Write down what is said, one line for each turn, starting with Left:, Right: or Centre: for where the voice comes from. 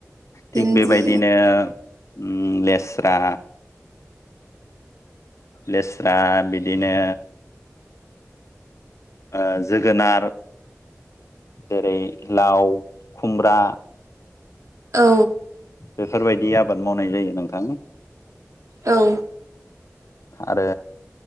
Right: भिन्दि
Left: थिग बेबायदिनो ओम लेस्रा लेस्रा बिदिनो ओ जोगोनार जेरै लाव खुमब्रा
Right: औ
Left: बेफोरबायदि आबाद मावनाय जायो नोंथां
Right: औ
Left: आरो